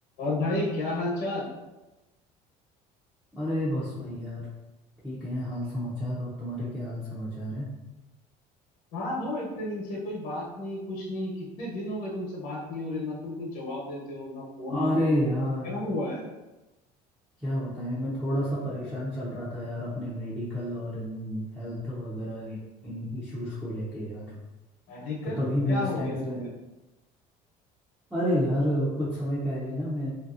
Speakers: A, on the left; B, in the centre.
A: और भाई क्या हाल चाल
B: अरे बस भाई यार ठीक है हाल समाचार और तुम्हारे क्या हाल समाचार हैं
A: कहाँ हो इतने दिन से कोई बात नहीं कुछ नहीं कितने दिन हो गए तुमसे बात नहीं हो रही ना तुम कुछ जवाब देते हो ना फोन हो
B: अरे यार
A: क्या हुआ है
B: क्या बताएं मैं थोड़ा सा परेशान चल रहा था यार अपने मेडिकल और इन हेल्थ वगैरह इन इश्यूज को लेके यार
A: मेडिकल
B: तो तभी मैं
A: क्या हो
B: इस टाइम
A: गया तुम्हें
B: से अरे यार कुछ समय पहले ना मैं